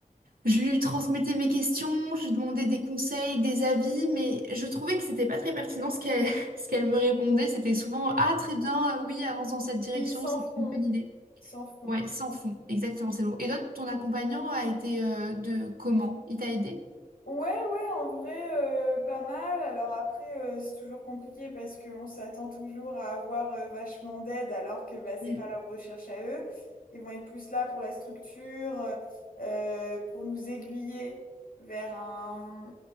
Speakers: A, on the right (about 80°); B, on the left (about 85°).
A: Je lui transmettais mes questions, je lui demandais des conseils, des avis, mais je trouvais que c'était pas très pertinent ce qu'elle <laughs> ce qu'elle me répondait. C'était souvent
B: Ok.
A: Ah, très bien, euh, oui, avance dans cette direction,
B: Oui, sans
A: c'est
B: fond,
A: une bonne idée.
B: sans fond.
A: Ouais, sans fond, exactement, c'est long. Et toi, ton accompagnant a été euh, de comment? Il t'a aidé?
B: Ouais, ouais, en vrai, euh, pas mal. Alors après, euh, c'est toujours compliqué parce qu'on s'attend toujours à avoir euh, vachement d'aide alors que bah, c'est
A: Mm.
B: pas leur recherche à eux. Ils vont être plus là pour la structure, euh, euh, pour nous aiguiller vers un,